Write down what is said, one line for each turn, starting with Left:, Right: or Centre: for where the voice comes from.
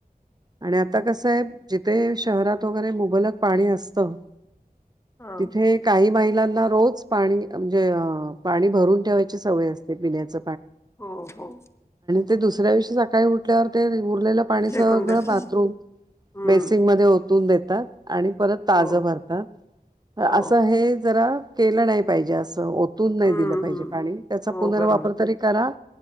Right: आणि आता
Left: हम्म
Right: कस आहे. जिथे शहरात वगैरे मुबलक पाणी असतं.
Left: हा
Right: तिथे काही महिलांना रोज पाणी म्हणजे, पाणी भरून ठेवायची सवय असते पिण्याच.
Left: हो हो.
Right: ते दुसऱ्याविषी सकाळी उठल्यावर ते उरलेलं पाणी
Left: फेकून
Right: सगळं
Left: देता
Right: बाथरूम,
Left: हम्म
Right: बेसिंग मध्ये हो तून देतात. आणि परत ताज
Left: हो
Right: भरतात.
Left: हो
Right: असं हे जरा केलं नाही पाहिजे असं ओट <unintelligible> नाय
Left: हम्म
Right: दिलं
Left: हम्म
Right: पाहिजे पाणी त्याचा
Left: हो
Right: पुनर्वापर
Left: बरोबर
Right: तरी करा,